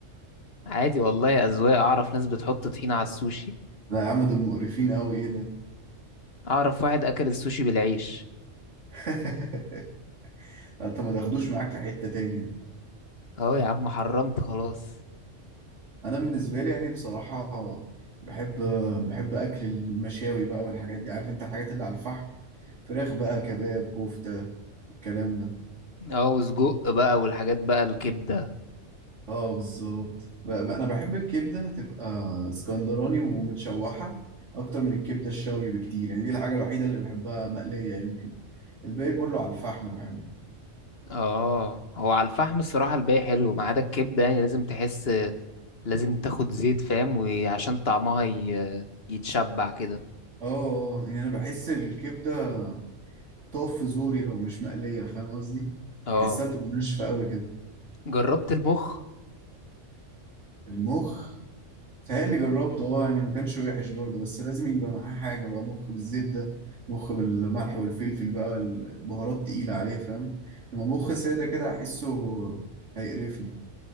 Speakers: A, on the left (about 50°); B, on the right (about 65°).
A: عادي والله أذواق أعرف ناس بتحط طحينة على السوشي
B: لا يا عم دول مقرفين قوي ايه ده
A: أعرف واحد أكل السوشي بالعيش
B: <laughs> انت ما تاخدوش معاك في حتة تاني ده
A: أهو يا عم حرمت خلاص
B: انا بالنسبة لي يعني بصراحة بحب بحب اكل المشاوي بقى والحاجات دي عارف انت الحاجات اللي على الفحم فراخ بقى كباب كفتة الكلام ده
A: اه وسجق بقى والحاجات بقى الكبدة
B: اه بالظبط ب- ب- انا بحب الكبده تبقى اسكندراني ومتشوحه اكتر من الكبده الشاوي بكتير يعني دي الحاجه الوحيده اللي بحبها مقليه يمكن الباقي كله على الفحم بحبه
A: اه هو على الفحم الصراحة الباقي حلو ما عدا الكبدة يعني لازم تحس لازم تاخد زيت فاهم وعشان طعمها ي... يتشبع كده
B: اه يعني انا بحس الكبده بتقف في زوري لو مش مقليه فاهم قصدي
A: اه
B: بحسها بتبقى ناشفه قوي كده
A: جربت المخ
B: المخ تهيألي جربته اه يعني ما كانش وحش برضه بس لازم يبقى معاه حاجة بقى مخ بالزبدة مخ بالملح والفلفل بقى البهارات تقيلة عليه فاهم لما مخ سادة كده أحسه هيقرفني